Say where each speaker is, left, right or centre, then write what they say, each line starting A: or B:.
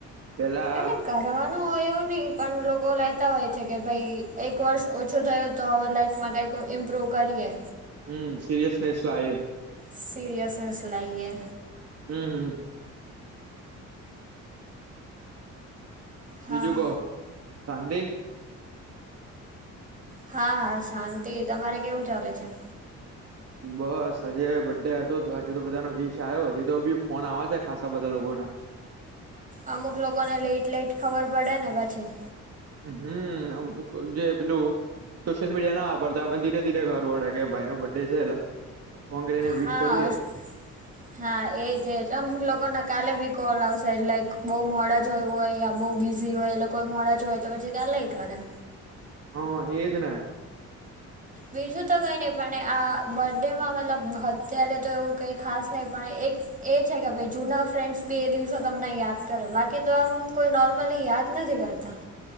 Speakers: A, on the right; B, on the right.
A: પેલા
B: એટલે કરવાનું હોય એવું નહીં પણ લોકો લેતા હોય છે કે ભઈ એક વર્ષ ઓછું થયું તો હવે લાઈફમાં કાંઈક તો ઈમ્પ્રૂવ કરીએ.
A: હમ્મ, સિરિયસનેસ તો આયે.
B: સીરીયસનેસ લાઈએ.
A: હમ હમ.
B: હા
A: બીજું કો શાંતિ?
B: હા હા શાંતિ તમારે કેવું ચાલે છે?
A: બસ આજે બર્ડે હતો તો આજે તો બધાનો વિશ આયો હજી તો બી ફોન આવે છે ખાસા બધાં લોકોના.
B: અમુક લોકોને લેટ લેટ ખબર પડે ને પાછી.
A: હમ્મ, અમુક જે પેલું સોશિયલ મીડિયા ના વાપરતા હોય એટલે ધીરે-ધીરે પડે ભાઈનો બર્ડે છે એટલે ફોન કરીને વિશ
B: હા.
A: કરીએ
B: હા એજજ અમુક લોકોને કાલે ભી કોલ આવશે એટલે બહુ મોડા જોયું હોયે યા- બઉુ બીઝી હોય એ લોકો મોડા જ જોવે તો પછી કાલે ખરા.
A: હા એજને.
B: બીજું તો કઈ નહી પણ આ બર્ડે માં મતલબ- અત્યારે તો એવું કઈ ખાસ નહી પણ એક- એ છે કે ભાઈ જૂના ફ્રેન્ડ્સ બી એ દિવસો તમને યાદ કરે બાકી તો આમ કોઈ નોર્મલી યાદ નથી કરતા.